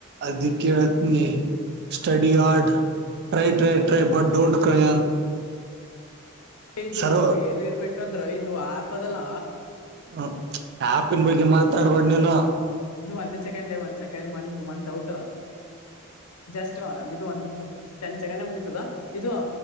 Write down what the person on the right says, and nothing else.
ಅದಿತ್ ನೀ ಸ್ಟ hard try try try but ೋಂಟ್ ಕನ್
ಸರ್ವ
ಹ ಆ್ಯಪನ್ ಬಗ್ಗೆ ಮಾತಾಡ್ಬಡ್ ನೀನು